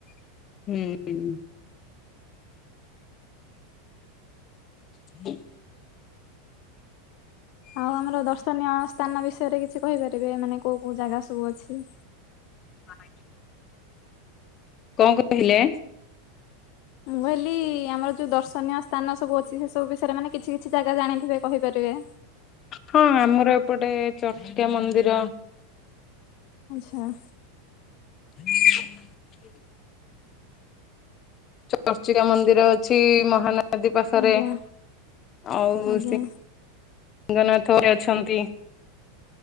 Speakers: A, on the left; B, on the left.
A: ହୁଁ ହୁଁ। <inaudible>
B: ଆଉ ଆମର ଦର୍ଶନୀୟ ସ୍ଥାନ ବିଷୟରେ କିଛି କହିପାରିବେ ମାନେ କୋଉ କୋଉ ଜାଗା ସବୁ ଅଛି।
A: ଆଜ୍ଞା। କଣ କହିଲେ?
B: ମ କହିଲି ଆମର ଯୋଉ ଦର୍ଶନୀୟ ସ୍ଥାନ ସବୁ ଅଛି। ସେ ସବୁ ବିଷୟରେ ମାନେ କିଛି କିଛି ଜାଗା ଜାଣିଥିବେ କହିପାରିବେ?
A: ହଁ ଆମର ଏପଟେ ଚର୍ଚିକା ମନ୍ଦିର।
B: ଆଚ୍ଛା।
A: <inaudible> ଚର୍ଚିକା ମନ୍ଦିର ଅଛି। ମହାନଦୀ ପାଖରେ
B: ଆଜ୍ଞା
A: ଆଉ
B: ଆଜ୍ଞା
A: ସିଙ୍ଗନାଥ ବି ଅଛନ୍ତି।